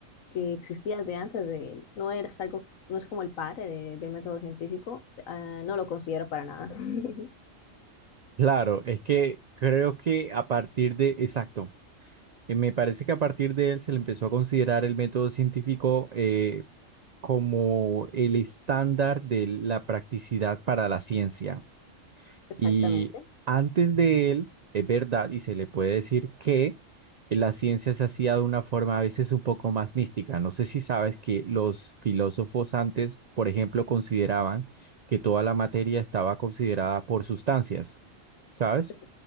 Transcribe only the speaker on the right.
Claro, es que creo que a partir de, exacto, eh, me parece que a partir de él se le empezó a considerar el método científico eh, como el estándar de la practicidad para la ciencia.
Y antes de él, es verdad, y se le puede decir que la ciencia se hacía de una forma a veces un poco más mística. No sé si sabes que los filósofos antes, por ejemplo, consideraban que toda la materia estaba considerada por sustancias, ¿sabes?